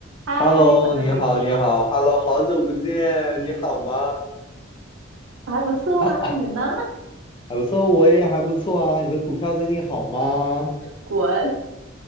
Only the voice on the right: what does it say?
嗨，
好久没见，
我还不错啊，
你呢？
滚，